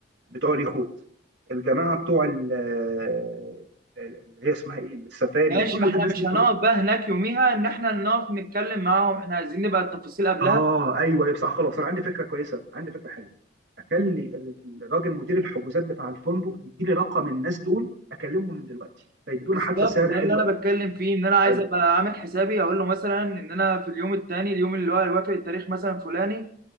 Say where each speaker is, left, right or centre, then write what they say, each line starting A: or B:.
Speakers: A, on the right; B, on the right.
A: بتوع اليخوت الجماعه بتوع ال- آه، اللي هي اسمها ايه السفاري
B: ماشي
A: وكل
B: ما احنا
A: ده الناس
B: مش
A: دي
B: هنقعد بقى هناك يوميها ان احنا نقف نتكلم معاهم احنا عايزين نبقى التفاصيل قبلها
A: اه ايوه ايوه صح خلاص انا عندي فكره كويسه عندي فكره حلوه اخلي ال- الراجل مدير الحجوزات بتاع الفندق يديلي رقم الناس دول اكلمهم من دلوقتي فيدونا
B: بالظبط
A: حتى سعر
B: ده
A: حلو
B: اللي انا
A: قوي
B: بتكلم فيه ان انا عايز
A: ايوه
B: ابقى عامل حسابي اقول له مثلا ان انا في اليوم التاني اليوم اللي هو هيوافق التاريخ مثلا فلاني